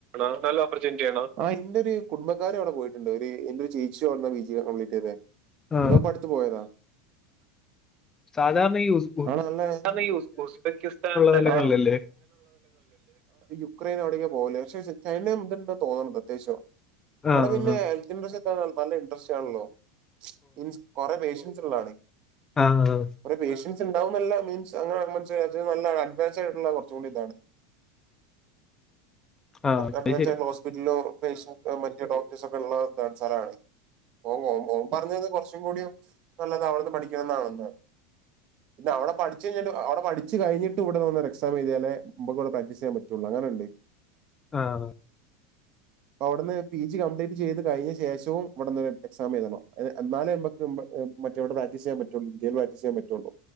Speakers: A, on the right; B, on the left.
A: ആഹ് നല്ല ഓപ്പർചുണിറ്റി ആണ് ആഹ് ന്റെ ഒരു കുടബക്കാര് അവിടെ പോയിട്ടുണ്ട് എന്റെ ഒരു ചേച്ചി അവന്നാ പി ജി കപ്ലീറ്റ് ചെയ്ത
B: ആ
A: ഇവപ്പോ അടുത്ത് പോയതാ
B: സാധാരണ യൂസ്
A: സാധാരണ ഈ ഉസ്ബുകിസ്ഥാന
B: സ്ഥലങ്ങളിലല്ലേ
A: യുക്രൈൻ അവിടെ യേക്കെ പോകലേ പക്ഷെ ചൈനയും ഇണ്ടോ തോന്നുന്നുണ്ട് അത്യാവശ്യം
B: ആ
A: അവിടെ പിന്നെ
B: ആ,
A: <unintelligible> നല്ല ഇൻട്രസ്റ്റ് ആണല്ലോ ഇൻസു കുറെ പേഷ്യൻസ് ഉള്ളതാണ്
B: ആഹ് ആഹ്
A: കുറെ പേഷ്യൻസ് ഇണ്ടാവും നല്ല മീൻസ് അങ്ങനെ <unintelligible> നല്ല അഡോൻസ് ആയിട്ടുള്ള കുറച്ചു കൂടി ഇതാണ് <unintelligible>
B: ആ, അത് ശരി
A: പില്ലോ പെയിൽസ് മറ്റേ ഡോക്ടേഴ്സ് ഒക്കെ ഉള്ള ഇതാണ് സ്ഥലാണ് ഓ ഓം ഓം പറഞ്ഞത് കുറച്ചും കൂടി നല്ലത് അവിടന്ന് പഠിക്കണംന്നാണ് പിന്നെവിടെ പഠച്ച് കഴിഞ്ഞിട്ട് അവടെ പഠിച്ച് കഴിഞ്ഞിട്ട് ഇവിടെ വന്നൊരു എക്സാം എഴതിയാലേ മ്മക് ഇവിടെ പ്രാക്ടീസ് ചെയ്യാൻ പറ്റുള്ളൂ അങ്ങനെയുണ്ട്
B: ആഹ്
A: അപ്പ അവിടുന്ന് പി ജി കംപ്ലീറ്റ് ചെയ്ത് കഴിഞ്ഞ ശേഷവും ഇവിടുന്ന് എക്സാം എഴതണം എന്നാലേക്ക് മ്മക്ക് മ്മക്ക് മറ്റേ അടെ പ്രാക്ടസ് ചെയ്യൻ പറ്റുള്ളൂ ഇന്ത്യൽ പ്രാക്ടസ് ചെയ്യൻ പറ്റുള്ളൂ